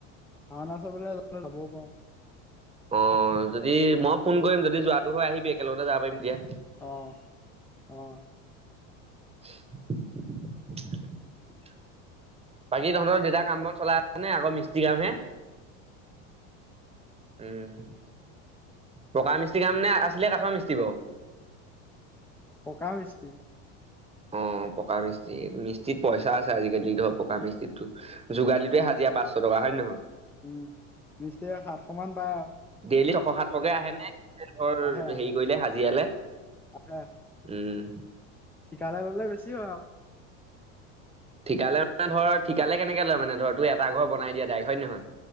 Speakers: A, in the centre; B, on the right.
A: ভাওনা চাবলৈ গলে যাবও পাৰো।
B: অ যদি মই ফোন কৰিম যদি যোৱাটো হয় আহিবি একেলগতে যাব পাৰিম তেতিয়া।
A: অ, অ।
B: <inaudible> বাকী তহঁতৰ দেতা কাম-বন চলাই আছে নে আগৰ মিস্ত্ৰী কামহে? উম। পকা মিস্ত্ৰী কাম নে আছিলে কাঠৰ মিস্ত্ৰী বাৰু?
A: পকা মিস্ত্ৰী।
B: অ' পকা মিস্ত্ৰী। মিস্ত্ৰীত পইচা আছে আজিকালি, ধৰ পকা মিষ্ট্ৰিটো। যোগালীটোৱে
A: উম
B: হাজিৰা পাঁচশ টকা, হয় নে নহয়?
A: উম মিস্ত্ৰীয়ে সাতশ মান পায় আৰু
B: দেইলী শ- সাতশকে আহেনে? ধৰ
A: আহে আহে
B: হেৰি কৰিলে হাজিৰালে?
A: আহে
B: উম।
A: ঠিকালে ল'লে বেছি হয় আৰু।
B: ঠিকালে মানে ধৰ ঠিকালে কেনেকে লয় মানে ধৰ তই এটা ঘৰ বনাই দিয়ে দাইৰেক, হয় নে নহয়?